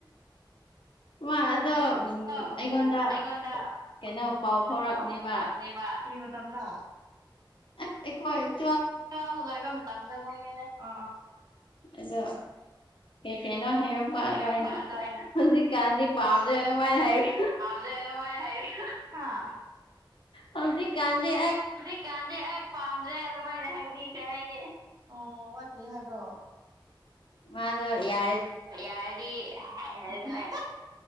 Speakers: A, on the left; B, on the right.
A: ꯋꯥ ꯑꯗꯣ ꯎꯝ
B: ꯑꯗꯣ
A: ꯑꯩꯉꯣꯟꯗ
B: ꯑꯩꯉꯣꯟꯗ
A: ꯀꯩꯅꯣ ꯄꯥꯎ
B: ꯀꯩꯅꯣ
A: ꯐꯥꯎꯔꯛꯅꯦꯕ
B: ꯄꯥꯎ ꯐꯥꯎꯔꯛꯅꯦꯕ ꯃꯇꯝꯗ
A: ꯑꯦꯈꯋꯥꯥꯏ
B: ꯑ ꯑꯣꯏꯕ ꯇꯗꯗ ꯑ
A: ꯑꯗ ꯀꯩ ꯀꯩꯅꯣ ꯍꯥꯏꯔꯣ ꯄꯥꯗꯣ
B: ꯍꯥꯏꯔꯝꯕ
A: ꯑ ꯍꯥꯏꯩꯅ
B: ꯑꯗꯣ ꯑꯩꯅ
A: ꯍꯧꯖꯤꯛꯀꯥꯟꯗꯤ ꯄꯥꯝꯗꯣꯏ ꯃꯥꯏ ꯍꯥꯏꯔꯨ
B: ꯍꯥꯏ ꯍꯥ
A: ꯍꯧꯗꯤ ꯀꯥꯟꯦ
B: ꯍꯧꯖꯤꯛꯀꯥꯟꯗꯤ ꯑꯩ ꯄꯥꯝꯗ꯭ꯔꯦ ꯑꯗꯨꯃꯥꯏꯅ ꯍꯥꯏꯕꯤꯈ꯭ꯔꯦ ꯑꯩꯗꯤ ꯎ ꯍꯥꯏꯕ꯭ꯔꯣ
A: ꯃꯥ ꯑꯗꯨ ꯌꯥ
B: ꯌꯥꯔꯗꯤꯅꯨꯡ